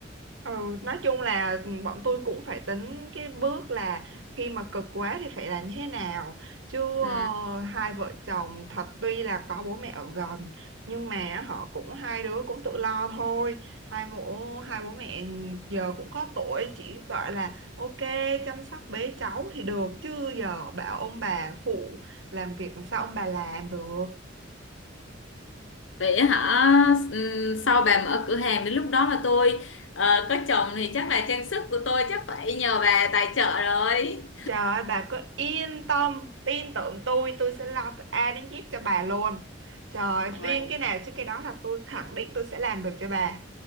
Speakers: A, on the right (about 75°); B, on the left (about 85°).
A: Ừ, nói chung là ừ, bọn tôi cũng phải tính cái bước là khi mà cực quá thì phải là như thế nào chứ
B: ừ.
A: ờ, hai vợ chồng thật tuy là có bố mẹ ở gần nhưng mà họ cũng hai đứa cũng tự lo thôi hai bố hai bố mẹ giờ cũng có tuổi chỉ gọi là ok chăm sóc bế cháu thì được chứ giờ bảo ông bà phụ làm việc sao ông bà làm được
B: Vậy hả ừ. Sau bà mở cửa hàng đến lúc đó mà tôi ờ, có chồng thì chắc là trang sức của tôi chắc phải nhờ bà tài trợ rồi
A: Trời ơi bà cứ yên tâm Tin tưởng tôi tôi sẽ lo từ A đến Z cho bà luôn Trời ơi, riêng
B: Ôi,
A: cái nào chứ cái đó là tôi khẳng định tôi sẽ làm được cho bà